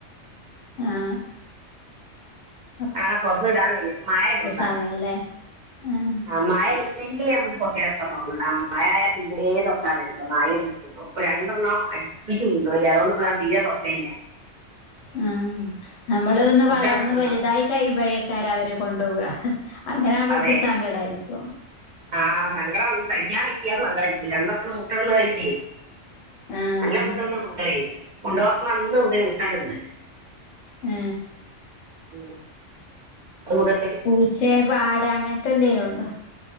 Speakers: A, on the left; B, on the right.
A: ആ ആ
B: അങ്ങനെ തുറന്നിടാന് വയ്യ മഴയാതുകൊണ്ടാണ്
A: സമയല്ലേ ആഹ്
B: ആ മഴ ഇല്ലെങ്കിലേ നമ്മക്ക് തൊറ <unintelligible> തു മയയായ തീരേ നോക്കാറില്ല മായൽ വിട്ടു <unintelligible> ഇപ്പൊ രണ്ടെണ്ണം അടുപ്പിച്ച് കൊണ്ടുപോയി അതുകൊണ്ടിപ്പ ഞാൻ തീരെ നൊക്കയില്ല
A: ആ നമ്മള്ന്ന്
B: മുട്ടടനെ
A: വളർന്ന്
B: പോയി
A: വലുതായി കഴിയുമ്പഴേ ക്കാരവരെ കൊണ്ടുപോവുക. അങ്ങനെ ആമ്പിവക്ക്
B: അതെ
A: സങ്കടായിരിക്കും.
B: ആ സങ്കടം സയിക്കാൻ കയ്യാത്ത സങ്കടായിപ്പോയി രണ്ട <unintelligible>
A: ആഹ്
B: നല്ല മുട്ടയിടന്ന കോയിക്കളാരുന്നു കൊണ്ടന്ന അന്ന് മുതല് മുട്ടയിടുണ്ട്.
A: ഏ
B: ഉം അതുകൊണ്ട്
A: പൂച്ചേ പാട് അങ്ങന ത്തെന്തേലുവൊണ്ട?